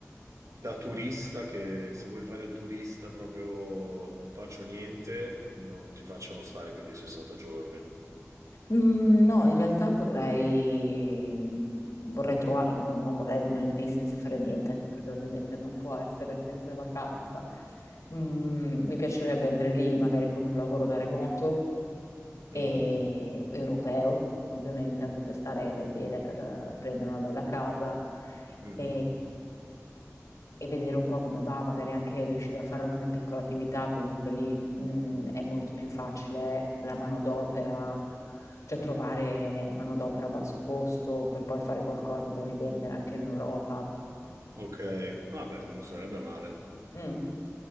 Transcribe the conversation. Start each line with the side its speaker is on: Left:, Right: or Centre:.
Right: da turista, che se vuoi fare il turista proprio non faccio niente, non ti facciano stare più di 60 giorni.
Left: Mm, No, in realtà vorrei, vorrei trovare, no- non vorrei rimanere lì senza fare niente, anche perché ovviamente non può essere sempre vacanza. Mm, mi piacerebbe andare lì magari con un lavoro da remoto, e
Right: Mm?
Left: europeo, ovviamente, anche per stare bene, per eh, prendere una bella casa
Right: Mhm.
Left: e, e vedere un po' come va, magari anche riuscire a fare una mia piccola attività, comunque lì mh, è molto più facile la manodopera, cioè trovare manodopera a basso costo per poi fare qualcosa da rivendere anche in Europa.
Right: Ok, vabbè, non sarebbe male.
Left: Mm,